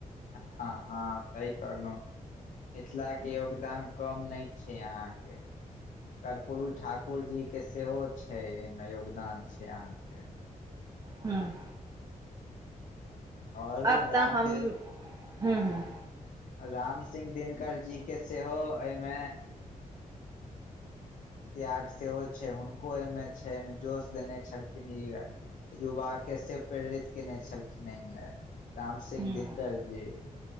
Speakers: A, on the left (about 65°); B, on the right (about 25°).
A: हँ हँ सही कहलौं मिथिला के योगदान कम नय छै अहाँके कर्पूरू ठाकुर जी के सेहो छै अहिमे योगदान छैय अहाँके
B: हूँ
A: आओर
B: अब
A: राम
B: तऽ हम
A: दे-
B: हुँ हुँ
A: राम सिंह दिनकर जी के सेहो अईमे त्याग सेहो छैय हुनको अहिमे छैय अहिमे जोश देने छलखिन ई आर युवा के से प्रेरित केने छलखिन अईमे राम सिंह
B: हूँ
A: दिनकर जी